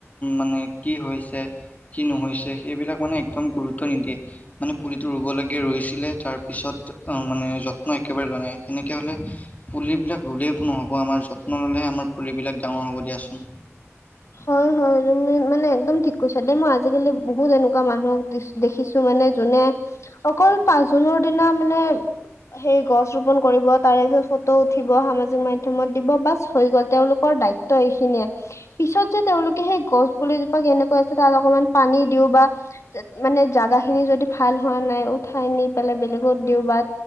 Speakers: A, on the left; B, on the left.
A: মানে কি হৈছে কি নহৈছে সেইবিলাক মানে একদম গুৰুত্ব নিদিয়ে। মানে পুলিটো ৰুব লাগে ৰুইছিলে, তাৰ পিছত মানে যত্ন একেবাৰে লোৱা নাই। তেনেকে হ'লে পুলিবিলাক ৰুলেওতো নহ'ব, আমাৰ যত্ন ললেহে আমাৰ পুলিবিলাক ডাঙৰ হ'ব দিয়াচোন।
B: হয় হয় তুমি মানে একদম ঠিক কৈছা দেই, মই আজিকালি বহুত এনেকুৱা মানুহক দি- দেখিছো মানে যোনে অকল পাঁচ জুনৰ দিনা মানে সেই গছ ৰোপন কৰিব, তাৰে পিছত ফটো উঠিব, সামাজিক মাধ্যমত দিব, বাছ হৈ গ'ল তেওঁওলোকৰ দায়িত্ব। ত এইখিনিয়ে- পিছত যে তেওঁলোকে সেই গছ পুলিজোপা কেনেকুৱা আছে, তাত অকমান পানী দিওঁ বা- মানে জাগা খিনি যদি ভাল হোৱা নাই, উঠাই নি পেলাই বেলেগত দিওঁ বা